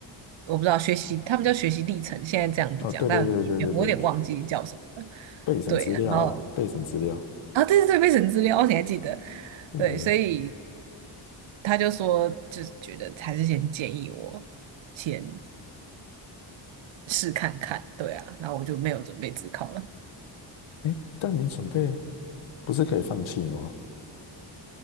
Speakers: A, on the right; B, on the left.
A: 我不知道学习，他们叫学习历程，现在这样子讲，
B: 哦，对对对对对对，
A: 但以前我有点忘记叫什么了。
B: 就备审资料啦，
A: 对，然后
B: 备审资料，
A: 啊，对对对，备审资料，你还记得？
B: 对对对。
A: 对，所以。他就说，就是觉得还是先建议我先试看看，对啊，然后我就没有准备自考了，
B: 哎，但你准备不是可以放弃吗？